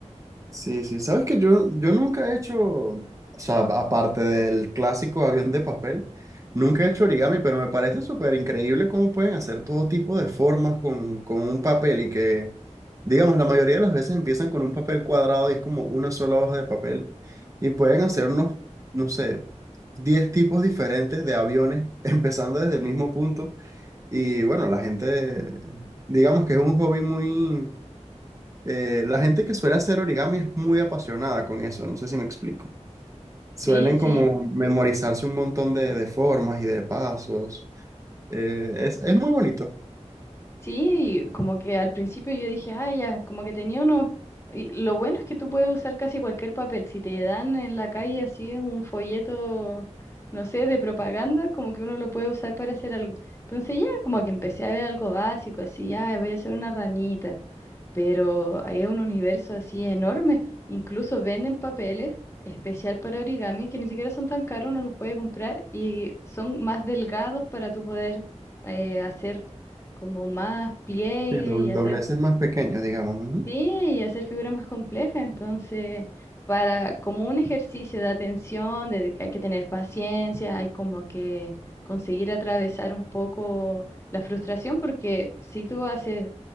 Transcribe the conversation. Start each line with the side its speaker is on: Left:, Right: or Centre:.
Right: Sí, sí, sabes que yo, yo nunca he hecho, o sea, aparte del clásico avión de papel, nunca he hecho origami, pero me parece súper increíble cómo pueden hacer todo tipo de formas con, con un papel y que, digamos, la mayoría de las veces empiezan con un papel cuadrado y es como una sola hoja de papel y pueden hacer unos, no sé, 10 tipos diferentes de aviones <laughs> empezando desde el mismo punto y bueno, la gente, digamos que es un hobby muy eh, la gente que suele hacer origami es muy apasionada con eso, no sé si me explico. Suelen
Left: Sí, sí,
Right: como memorizarse un montón de, de formas y de pasos. Eh, es, es muy bonito.
Left: sí, y como que al principio yo dije, ay ya, como que tenía uno, y lo bueno es que tú puedes usar casi cualquier papel, si te dan en la calle así un folleto, no sé, de propaganda, como que uno lo puede usar para hacer algo. Entonces ya, como que empecé a ver algo básico, así, ah, voy a hacer una ranita. pero hay un universo así enorme. Incluso venden papeles especial para origami que ni siquiera son tan caros, uno los puede comprar y son más delgados para tú poder eh, hacer como más pliegue
Right: Sí, doble-
Left: y hacer
Right: dobleces más pequeños, digamos. ujú.
Left: Sí, y hacer figuras más complejas, entonces, para como un ejercicio de atención, de que hay que tener paciencia, hay como que conseguir atravesar un poco la frustración, porque si tú haces